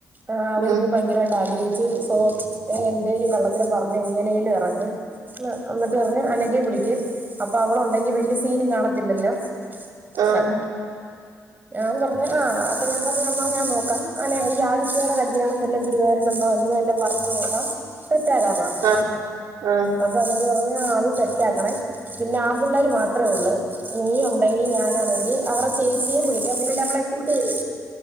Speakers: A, on the right; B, on the right.
A: ആഹ് അവൻ
B: ഉം,
A: ഇത് ഭയങ്കരായിട്ട് ആഗ്രഹിച്ചു സോ, എന്തേലും കള്ളത്തരം പർഞ്ഞ് എങ്ങനേലും എറങ്ങ്. എന്നിട്ട് പറഞ്ഞ് അനകേം വിളിക്ക്, അപ്പൊ അവളുണ്ടെങ്കി വല്യ സീനും കാണത്തില്ലല്ലൊ?
B: ആ
A: ക്കെ, ഞാ പർഞ്ഞു... ആഹ്, അപ്പ ഞാ പർഞ്ഞു എന്നാ ഞാൻ നോക്കാം. അങ്ങനെ ഈ ആദിത്യേടെ കല്യാണം വല്ലും ഗുരുവാഴൂര് വന്ന്... പർഞ്ഞ് നോക്കാം സെറ്റാക്കാന്ന്. പർഞു
B: ആഹ് ആഹ്.
A: അപ്പൊ അനക പർഞ്ഞു അത് സെറ്റാക്കണേ? പിന്ന ആമ്പിള്ളാര് മാത്രെ ഉള്ള്. നീ ഉണ്ടെങ്കി ഞാൻ അവന്റി അവറെ ചേച്ചിയെ വിളിക്കാം, പിന്നെ ലവളെ കൂട്ട്കാരി